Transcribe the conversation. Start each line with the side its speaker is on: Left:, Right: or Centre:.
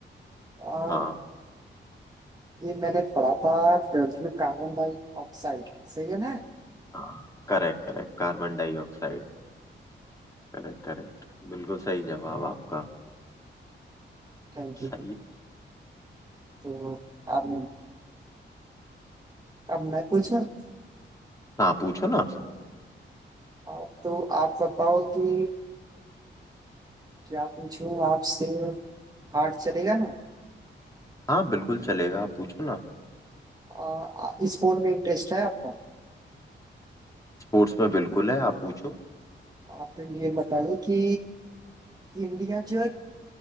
Right: फॉर्म
Left: हाँ
Right: ये मैंने पढ़ा था ट्वेल्थ में कार्बन डाइऑक्साइड सही है ना
Left: हाँ correct correct carbon dioxide Correct correct बिल्कुल सही जवाब आपका
Right: Thank you
Left: सही है।
Right: तो अब अब मैं पूछूं
Left: हाँ पूछो ना
Right: आप तो आप बताओ कि क्या पूछूं आपसे हार्ट चलेगा ना
Left: हाँ बिल्कुल चलेगा आप पूछो ना
Right: आ, आ, स्पोर्ट में इंटरेस्ट है आपका
Left: स्पोर्ट्स में बिल्कुल है आप पूछो
Right: आप ये बताइए कि इंडिया जो है